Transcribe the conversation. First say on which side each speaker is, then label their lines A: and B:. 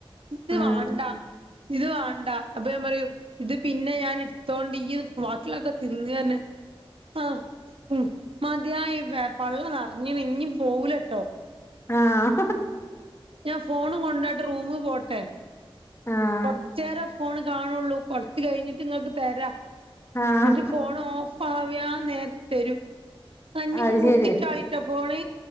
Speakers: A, on the right; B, on the left.
A: ഇത്
B: ആഹ്
A: വാണ്ടാ ഇത് വണ്ടാ അപ്പൊ ഞാൻ പറയും ഇത് പിന്നെ ഞാൻ ഇട്ത്തോണ്ട് ഇയ്യ്ത് <unintelligible> ലക്കെ തിന്നേന്നെ ആഹ് ഉം മത്യായിബെ പള്ള നറ്ഞ്ഞ്ണ് ഇഞ്ഞ് പോവൂലട്ടോ
B: ആഹ്
A: ഞാൻ ഫോണും കൊണ്ടാട്ട് റൂമ് പോട്ടെ
B: ആഹ്
A: കൊർച്ചേരം ഫോണ് കാണാെള്ളൂ കൊ ച്ച് കയ്ഞ്ഞിട്ട് ഇങ്ങക്ക് തെരാ
B: ആഹ്
A: എന്നിട്ട് ഫോണ് ഓഫാവിയാൻനേര്ത്ത് തെരും ആഹ് ഞ്ഞിങ്ങള്
B: അത്
A: കുത്തിട്ടാളിട്ടൊ
B: ശരി
A: ഫോണ്